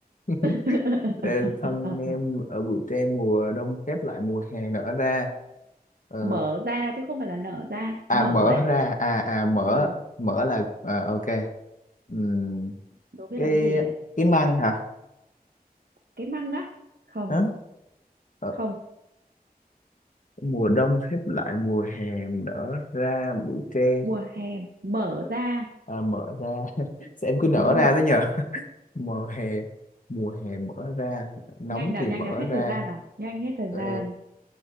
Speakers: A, on the left; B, on the right.
A: <laughs>
B: <laughs>
A: Ê, Thân em ở bụi tre mùa đông khép lại mùa hè nở ra. Ờ,
B: mở ra chứ không phải là nở ra
A: à
B: mở
A: mở
B: ấy
A: ra à à mở
B: ừ
A: mở là à, ok Ừm,
B: đố biết
A: cái
B: là cái gì này
A: cái măng hả?
B: cái măng á không
A: đó Ờ,
B: không
A: mùa đông khép lại mùa hè nở ra bụi tre
B: mùa hè mở ra
A: à, mở ra <laughs> sao em cứ nở
B: đúng rồi
A: ra thế nhờ mùa hè mùa hè mở ra nóng
B: nhanh nào
A: thì
B: nhanh
A: mở
B: nào hết
A: ra
B: thời gian nào nhanh hết thời
A: Ờ,
B: gian